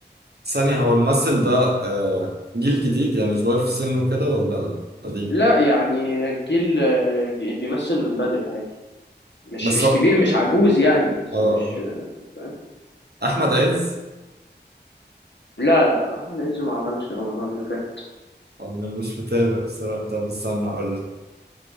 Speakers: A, on the right; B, on the left.
A: ثانية هو الممثل ده آه، جيل جديد يعني صغير في سنه كده ولا قديم
B: لا يعني الجيل آه، بيمثل من بدري عادي مش
A: بس
B: مش
A: هو اه
B: كبير مش عجوز يعني بس
A: آه.
B: مش فاهم
A: أحمد عز
B: لا لا احمد عز ما عملش رمضان اللي فات
A: أنا مش متابع بصراحة طب استنى هقول لك